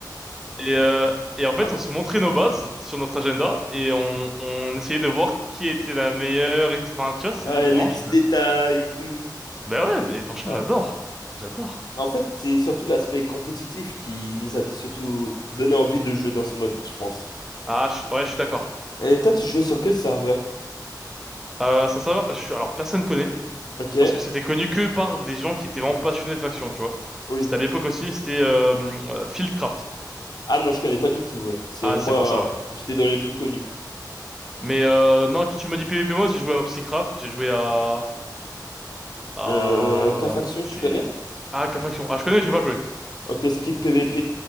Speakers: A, in the centre; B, on the left (about 65°).
A: Et, euh, et en fait,
B: Ah,
A: on se montrait nos bases sur notre agenda. Et on, on essayait de voir qui était la meilleure. Et, tout. enfin, tu vois, c'est
B: ouais,
A: vraiment,
B: les petits
A: je-
B: détails et tout.
A: bah ouais, mais franchement,
B: Ouais.
A: j'adore. J'adore.
B: En fait, c'est surtout l'aspect compétitif qui nous a surtout donné envie de jouer dans ce mode, je pense.
A: Ah, je suis- ouais, je suis d'accord.
B: Et toi, tu jouais sur quel serveur?
A: Euh, ça savoir, je suis, alors personne connaît,
B: Ok.
A: parce que c'était connu que par des gens qui étaient vraiment passionnés de faction, tu vois.
B: Oui.
A: C'était à l'époque aussi, c'était euh, euh, Fieldcraft.
B: Ah non, je connais pas du tout, ouais. C'est
A: Ah,
B: moi,
A: c'est pour ça, ouais.
B: j'étais dans les plus connus.
A: Mais euh, non, que tu m'as dit PvP Mode, j'ai joué à Opsicraft, j'ai joué à... à...
B: Euh, K-Faction,
A: c'est...
B: tu connais?
A: Ah, qu'à faction. Ah, je connais, j'ai pas joué.
B: Ok, Skill PVP,